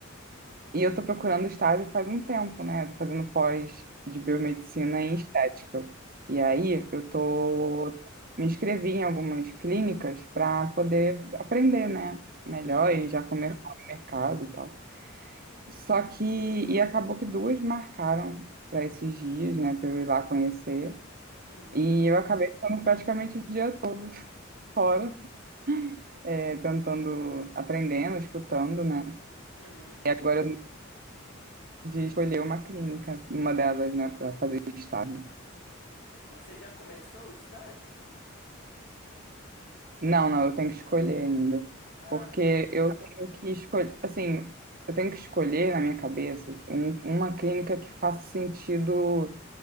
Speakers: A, on the right; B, on the left.
A: e eu tô procurando estágio faz um tempo, né? Eu tô fazendo pós de biomedicina
B: hum,
A: em estética. E aí eu tô me inscrevi em algumas clínicas para poder aprender, né, melhor
B: uhum,
A: e já começar no mercado e tal. Só que e acabou que duas marcaram para esses dias, né, para eu ir lá conhecer.
B: uhum,
A: E eu acabei ficando praticamente o dia todo. fora. é, tentando, aprendendo, escutando, né?
B: uhum.
A: Agora de escolher uma clínica, uma delas, né, para fazer estágio.
B: Mas você já começou o estágio?
A: Não, não, eu tenho que escolher ainda,
B: Ah,
A: porque eu tenho que escolher, assim, eu tenho que escolher na minha cabeça um- uma clínica que faça sentido